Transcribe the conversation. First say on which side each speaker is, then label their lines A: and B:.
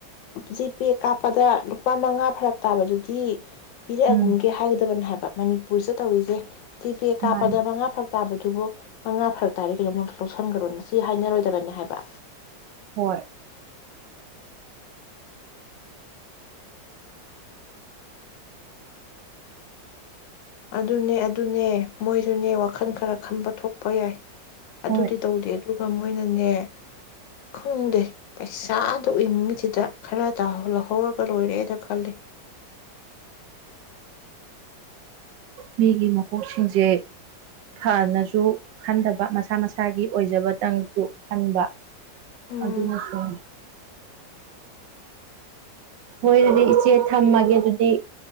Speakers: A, on the left; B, on the right.
A: ꯖꯤꯄꯦ ꯀꯥꯞꯄꯗ ꯂꯨꯄꯥ ꯃꯉꯥ ꯐꯔꯛ ꯇꯥꯕꯗꯨꯗꯤ ꯄꯤꯔꯑꯒꯦ
B: ꯎꯝ
A: ꯍꯥꯏꯒꯗꯕꯅꯦ ꯍꯥꯏ ꯃꯅꯤꯄꯨꯔꯁꯨ ꯇꯧꯔꯤꯁꯦ ꯇꯤ ꯄꯦ ꯀꯥꯞꯄꯗ
B: ꯃꯥꯅꯤ
A: ꯃꯉꯥ ꯐꯔꯛ ꯇꯥꯕꯗ ꯑꯗꯨꯕꯨ ꯃꯉꯥ ꯐꯔꯛ ꯇꯥꯔ ꯀꯩꯗ ꯂꯧꯁꯟꯈ꯭ꯔꯣꯅ ꯁꯤ ꯍꯥꯏꯅꯔꯣꯏꯗꯕꯅꯤ ꯍꯥꯏꯕ
B: ꯍꯣꯏ
A: ꯑꯗꯨꯅꯦ ꯑꯗꯨꯅꯦ ꯃꯣꯏꯁꯨꯅꯦ ꯋꯥꯈꯜ ꯈꯔ ꯈꯟꯕ ꯊꯣꯛꯄ ꯌꯥꯏ ꯑꯗꯨꯗꯤ
B: ꯍꯣꯏ
A: ꯇꯧꯗꯦ ꯑꯗꯨꯒ ꯃꯣꯏꯅꯅꯦ ꯈꯪꯗꯦ ꯄꯩꯁꯥꯗꯣ ꯎꯏꯅꯤꯡꯉꯁꯤ ꯏꯇꯥ ꯈꯔ ꯇꯥꯍꯂꯣ ꯍꯧꯔꯒꯥ ꯂꯣꯏꯔꯦꯗ ꯈꯜꯂꯤ
B: ꯃꯤꯒꯤ ꯃꯀꯣꯛꯁꯤꯡꯁꯦ ꯐꯅꯁꯨ ꯈꯟꯗꯕ ꯃꯁꯥ ꯃꯁꯥꯒꯤ ꯑꯣꯏꯖꯕꯇꯪꯗꯨ ꯈꯟꯕ
A: ꯎꯝ
B: ꯑꯗꯨꯅꯁꯨ ꯍꯣꯏ ꯑꯗꯨꯗꯤ ꯏꯆꯦ ꯊꯝꯃꯒꯦ ꯑꯗꯨꯗꯤ